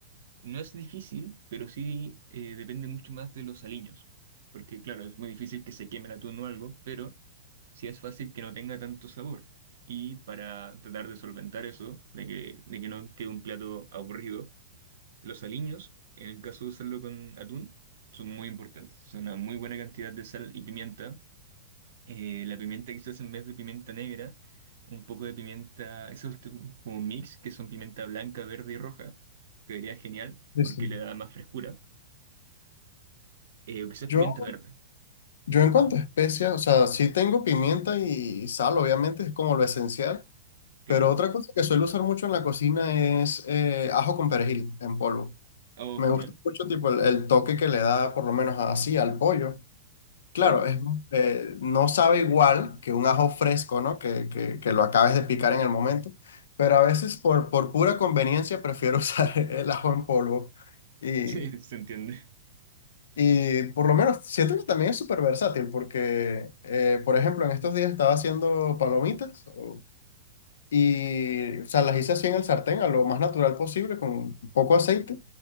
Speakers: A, on the right; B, on the left.
A: no es difícil, pero sí eh, depende mucho más de los aliños. Porque claro, es muy difícil que se queme el atún o algo, pero sí es fácil que no tenga tanto sabor. Y para tratar de solventar eso, de que, de que no quede un plato aburrido, los aliños, en el caso de usarlo con atún, son muy importantes. Son una muy buena cantidad de sal y pimienta. Eh, la pimienta quizás en vez de pimienta negra, un poco de pimienta, esos tu- como mix, que son pimienta blanca, verde y roja, quedaría genial
B: Sí,
A: porque
B: sí.
A: le da más frescura. Eh, o quizás
B: Yo,
A: pimienta verde,
B: yo en cuanto a especias, o sea, sí tengo pimienta y sal, obviamente, es como lo esencial,
A: claro.
B: pero otra cosa que suelo usar mucho en la cocina es eh, ajo con perejil en polvo.
A: Oh,
B: Me
A: genial.
B: gusta mucho tipo el, el toque que le da por lo menos así al pollo. Claro,
A: Sí,
B: es, eh, no sabe igual que un ajo fresco, ¿no? Que, que- que lo acabes de picar en el momento, pero a veces por, por pura conveniencia prefiero <laughs> usar el ajo en polvo.
A: <laughs>
B: Y,
A: sí, se entiende.
B: y por lo menos siento que también es súper versátil porque, eh, por ejemplo, en estos días estaba haciendo palomitas o- y, o sea, las hice así en el sartén, a lo más natural posible, con poco aceite.